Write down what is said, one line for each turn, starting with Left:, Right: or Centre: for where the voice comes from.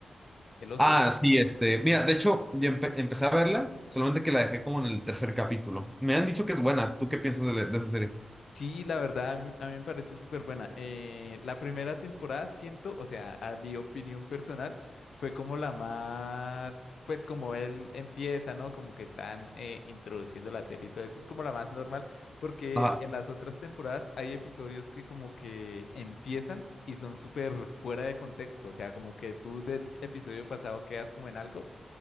Left: el oso.
Centre: Ah, sí, este. Mira, de hecho, yo empe- empecé a verla, solamente que la dejé como en el tercer capítulo. Me han dicho que es buena. ¿Tú qué piensas de, la- de esa serie?
Left: Sí, la verdad, a mí a mí me parece súper buena. Eh, la primera temporada siento, o sea, a mi opinión personal, fue como la más, pues como él empieza, ¿no? Como que están eh, introduciendo la serie y todo eso, es como la más normal, porque
Centre: Ajá.
Left: en las otras temporadas hay episodios que como que empiezan y son súper fuera de contexto, o sea, como que tú del episodio pasado quedas como en algo